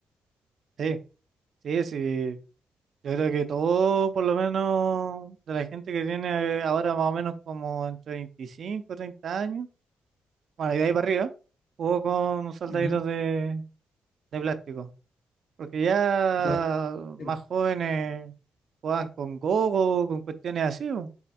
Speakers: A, on the right (about 60°); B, on the left (about 55°).
A: Sí, sí, sí. Yo creo que todo, por lo menos, de la gente que tiene ahora más o menos como entre 25 30 años, Bueno, y de ahí para arriba, jugó con soldaditos
B: Ujú.
A: de, de plástico. Porque ya
B: Lo-
A: más
B: eh,
A: jóvenes jugaban con gogo, con cuestiones así, po,